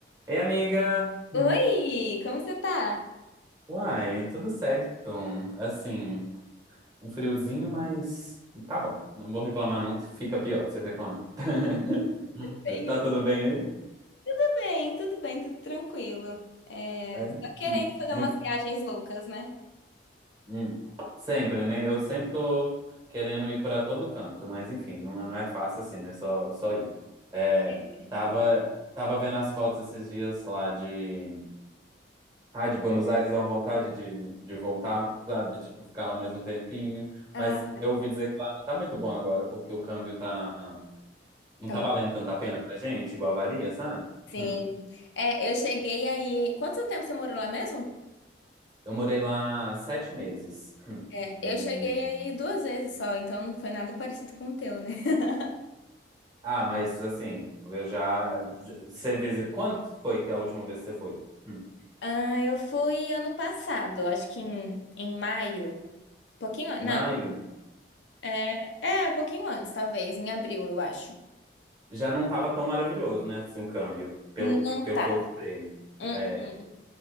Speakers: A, on the right; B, on the left.
A: Ei, amiga!
B: Oi,
A: Hum.
B: como você tá?
A: Uai, tudo certo. Assim, um friozinho, mas tá bom. Não vou reclamar, não. Fica pior se eu reclamar. <laughs>
B: Bem
A: Tá
B: isso.
A: tudo bem aí?
B: Tudo bem, tudo bem, tudo tranquilo. É,
A: É.
B: tá querendo
A: Hum.
B: fazer
A: Muito.
B: umas viagens loucas, né?
A: hum. Sempre, né? Eu sempre tô querendo ir pra todo canto, mas enfim, não, não é fácil assim, né? Só, só ir. É,
B: Real.
A: tava, tava vendo as fotos esses dias lá de Ai, de Buenos Aires é uma vontade de, de voltar, sabe? Tipo, ficar lá mais um tempinho.
B: Ah,
A: Mas eu ouvi dizer que lá não tá muito bom agora, porque o câmbio tá. Não
B: tá.
A: tá
B: bom.
A: valendo tanta pena pra gente, igual valia, sabe?
B: Sim.
A: Hum.
B: É, eu cheguei aí. Quanto tempo você morou lá mesmo?
A: Eu morei lá sete meses. Hum.
B: É,
A: E.
B: eu cheguei aí duas vezes só, então não foi nada parecido com o teu, né? <laughs>
A: Ah, mas assim, eu já. já- Você visita. Quando foi que a última vez que você foi? Hum.
B: Ah, eu fui ano passado, acho que em, em maio. Pouquinho, an-
A: Em
B: não,
A: maio?
B: é, é, um pouquinho antes, talvez, em abril, eu acho.
A: Já não tava tão maravilhoso, né? Assim, o câmbio, pelo,
B: Não
A: pelo
B: tá,
A: que eu sei.
B: Hum,
A: É.
B: hum.